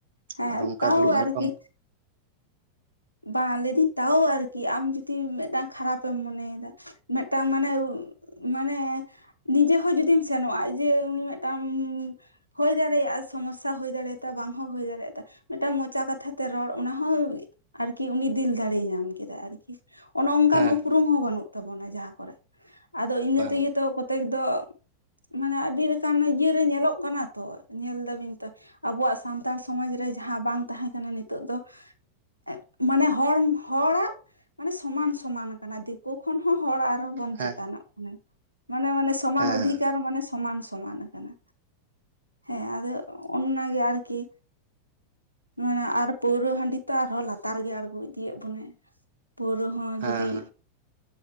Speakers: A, on the right; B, on the right.
A: ᱦᱮᱸ
B: ᱟᱫᱚ ᱚᱱᱠᱟ
A: ᱛᱟᱣ
B: ᱫᱩᱲᱩᱵ ᱧᱟᱯᱟᱢ
A: ᱟᱨᱠᱤ ᱵᱟᱝ ᱞᱟᱹᱭᱤᱫᱟᱹᱧ ᱛᱟᱣᱚ ᱟᱨᱠᱤ ᱟᱢ ᱡᱩᱫᱤ ᱢᱤᱫᱴᱟᱝ ᱠᱷᱟᱨᱟᱯᱮᱢ ᱢᱚᱱᱮᱭᱮᱫᱟ ᱢᱮᱫᱴᱟᱝ ᱢᱟᱱᱮ, ᱩ ᱢᱟᱱᱮ ᱱᱤᱡᱮ ᱦᱚᱸ ᱡᱩᱫᱤᱢ ᱥᱮᱱᱚᱜᱼᱟ ᱡᱮ ᱩᱱᱤ ᱢᱤᱫᱴᱟᱝᱻ ᱦᱳᱭ ᱫᱟᱲᱮᱭᱟᱜᱼᱟ ᱥᱚᱢᱚᱥᱥᱟ ᱦᱳᱭ ᱫᱟᱲᱮᱭᱟᱛᱟ ᱵᱟᱝ ᱦᱚᱸ ᱦᱳᱭ ᱫᱟᱲᱮᱭᱟᱛᱟ᱾ ᱢᱤᱫᱴᱟᱝ ᱢᱚᱪᱟ ᱠᱟᱛᱷᱟ ᱛᱮ ᱨᱚᱲ ᱚᱱᱟ ᱦᱚᱸ ᱟᱨᱠᱤ ᱩᱱᱤ ᱫᱤᱞ ᱫᱟᱲᱮᱭ ᱧᱟᱢ ᱠᱮᱫᱟ ᱟᱨᱠᱤ, ᱚᱱᱚ ᱚᱱᱠᱟᱱ
B: ᱦᱮᱸ
A: ᱩᱯᱨᱩᱢ ᱦᱚᱸ ᱵᱟᱹᱱᱩᱜ᱾ ᱛᱟᱵᱚᱱᱟ ᱡᱟᱦᱟᱸ ᱠᱚᱨᱮᱜ, ᱟᱫᱚ ᱤᱱᱟᱹ
B: ᱵᱟᱝ
A: ᱛᱮᱜᱮ ᱛᱚ ᱠᱚᱛᱮᱠ ᱫᱚ ᱢᱟᱱᱮ ᱟᱹᱰᱤ ᱞᱮᱠᱟᱱ ᱤᱭᱟᱹ ᱨᱮ ᱧᱮᱞᱚᱜ ᱠᱟᱱᱟ ᱛᱚ ᱧᱮᱞ ᱫᱟᱵᱤᱱ ᱛᱚ ᱟᱵᱚᱣᱟᱜ ᱥᱟᱱᱛᱟᱲ ᱥᱚᱢᱟᱡᱽ ᱨᱮ ᱡᱟᱦᱟᱸ ᱵᱟᱝ ᱛᱟᱦᱮᱸ ᱠᱟᱱᱟ ᱱᱤᱛᱚᱜ ᱫᱚ ᱮᱸᱜ ᱢᱟᱱᱮ ᱦᱚᱲᱚᱢ ᱦᱚᱲᱟᱜ ᱢᱟᱱᱮ ᱥᱚᱢᱟᱱ ᱥᱚᱢᱟᱱ ᱠᱟᱱᱟ ᱫᱤ ᱟᱠᱚ ᱠᱷᱚᱱ ᱦᱚᱸ ᱦᱚᱲ ᱟᱨᱦᱚᱸ ᱵᱚᱱ
B: ᱦᱮᱸ
A: ᱪᱮᱛᱟᱱᱚᱜ ᱠᱟᱱᱟ᱾ ᱢᱟᱱᱮ ᱢᱟᱱᱮ ᱥᱚᱢᱟᱱ
B: ᱦᱮᱸ
A: ᱚᱫᱷᱤᱠᱟᱨ ᱢᱟᱱᱮ ᱥᱚᱢᱟᱱ ᱥᱚᱢᱟᱱ ᱠᱟᱱᱟ᱾ ᱦᱮᱸ ᱟᱫᱚ ᱚᱱᱱᱟ ᱜᱮ ᱟᱨᱠᱤ᱾ ᱢᱟᱱᱮ ᱟᱨ ᱯᱟᱹᱣᱨᱟᱹ ᱦᱟᱺᱰᱤ ᱛᱚ ᱟᱨᱦᱚᱸ ᱞᱟᱛᱟᱨ ᱜᱮ ᱟᱬᱜᱚ ᱤᱫᱤᱭᱮᱜ ᱵᱚᱱᱟᱭ, ᱯᱟᱹᱣᱨᱟᱹ ᱦᱚᱸ
B: ᱦᱮᱸ
A: ᱡᱩᱫᱤ